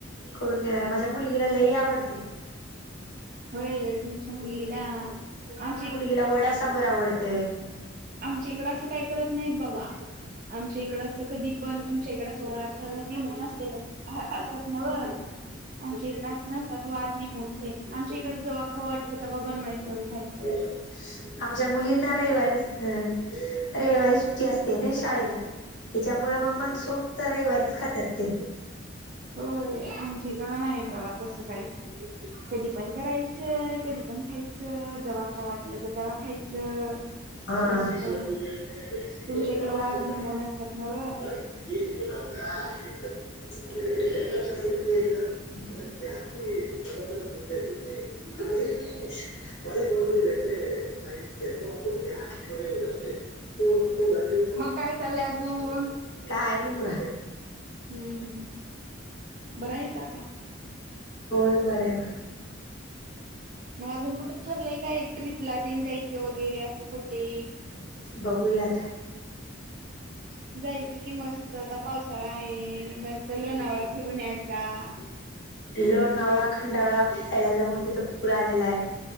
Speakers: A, on the left (about 60°); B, on the right (about 45°).
A: करून देणार माझ्या मुलगीला लई आवडते.
B: होय तुमच्या मुलीला आमच्या
A: तला वडा सांगूर आवडत.
B: आमच्या इकडं असं काय करत नाहीत बाबा आमच्या इकड अस कधी पण तुमच्या इकड सोमार निेमून असले असतात नव आमच्या इकडे अस असतात वारणे म्हणून ते आमच्या इकड जवख वाटलं. बनवायचं खायचं.
A: ह. आमच्या मुलींना रविवारी अ रविवारी सुट्टी असते ना शाळेला त्याच्यामुळे मग मन सोखत रविवारीच खातात ते
B: होय आमची गण आहे बाबा तसं काय कधी पण करायचं कधी पण खायचं जवा खावाट लगत दवा खायचं.
A: हा.
B: मस्त तुमच्या इकडं
A: <unintelligible>
B: वार नेमून असतात ना व.
A: ज हो. पर कोतेतेत खूप्या पड जते तू रको वाज्यू
B: मग काय चाललंय अजून?
A: काय नि ब
B: हम्म हम्म. बरं आहेसा का?
A: हो बर आहेर
B: मग अजून कुठं ठरलंय काय ट्र्रीपला ते जायचं वगैरे असं कुठे?
A: बघूयात. <unintelligible>
B: जायचं की मस्त आता पावसाळा आहे मस्त लोणावळा फिरून यायचा.
A: लो नवळा खंडवाळा फिरायला जाऊन तिथं पुूर आलेला आहे.